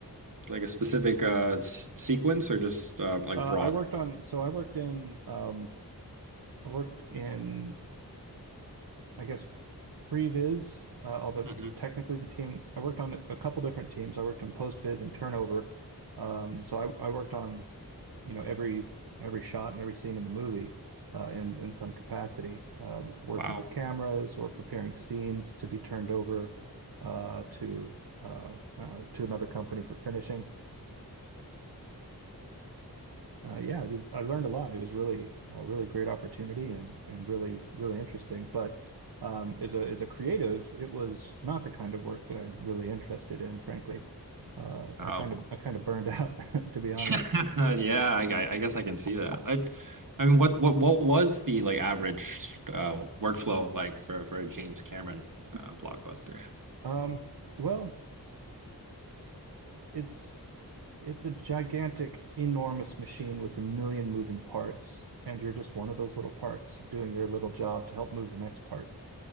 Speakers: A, on the right; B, on the right.
A: like a specific uh s sequence or just uh like
B: Uh,
A: broader?
B: I worked on, so I worked in, um, I worked in, I guess pre-viz, uh, although
A: hmm
B: technically the team I worked on a couple different teams. I worked in post-viz and turnover. Um, so I, I worked on, you know, every every shot and every scene in the movie uh, in in some capacity, um, working
A: Wow.
B: with cameras or preparing scenes to be turned over uh, to uh, uh, to another company for finishing. uh, yeah, it was. I learned a lot. It was really a really great opportunity and and really really interesting. But um, as a as a creative, it was not the kind of work that I'm really interested in, frankly. Uh,
A: Wow.
B: I kind of I kind of burned out, <laughs> to be honest.
A: <laughs> Yeah, I I I guess I can see that. I I mean, what what what was the like average uh workflow like for for a James Cameron uh blockbuster?
B: Um, well, it's it's a gigantic, enormous machine with a million moving parts, and you're just one of those little parts doing your little job to help move the next part.